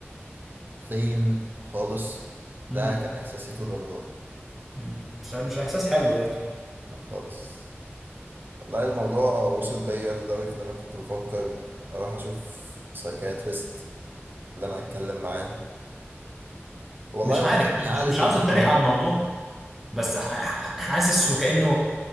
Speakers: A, on the right; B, in the centre.
A: بلين خالص ده
B: امم
A: كان إحساسي طول رمضان
B: امم مش مش احساس حلو برضه
A: لا خالص والله الموضوع وصل بيا لدرجة إن أنا كنت بفكر أروح أشوف سايكاتريست اللي أنا أتكلم معاه والله
B: مش عارف
A: وحشتني
B: مش,
A: قعدة
B: مش مش عاوز
A: القهوة
B: اتريق على الموضوع
A: <laughs>
B: بس ح- ح- حاسس وكانه